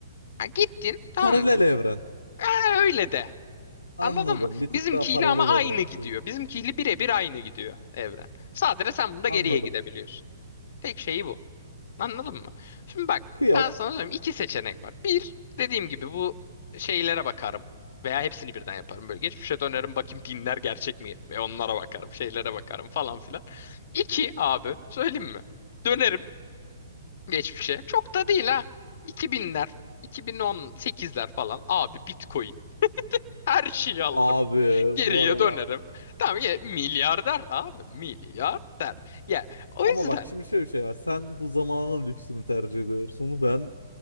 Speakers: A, on the left; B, on the left.
A: Ha, gittin tamam
B: Paralel
A: mı?
B: evren.
A: Ha, öyle de.
B: Anladım.
A: Anladın mı?
B: Bir tık
A: Bizimkiyle
B: daha paralel
A: ama aynı
B: evren
A: gidiyor.
B: şeyinde.
A: Bizimkiyle birebir aynı gidiyor evren. Sadece sen bunda
B: Anladım.
A: geriye gidebiliyorsun. Tek şeyi bu. Anladın mı? Şimdi bak
B: Kıyak.
A: ben sana söyleyeyim iki seçenek var. Bir dediğim gibi bu şeylere bakarım. Veya hepsini birden yaparım. Böyle geçmişe dönerim bakayım dinler gerçek mi? Ve onlara bakarım. Şeylere bakarım falan filan. İki abi söyleyeyim mi? Dönerim geçmişe. Çok da değil ha. 2000'ler, 2018'ler falan. Abi Bitcoin. Her şeyi alırım.
B: Abi
A: Geriye
B: bu arada
A: dönerim. Tamam ya milyarder abi milyarder. Ya o
B: ama
A: yüzden
B: bak şimdi şöyle bir şey var. Sen bu zamanın lüksünü tercih ediyorsun. Ben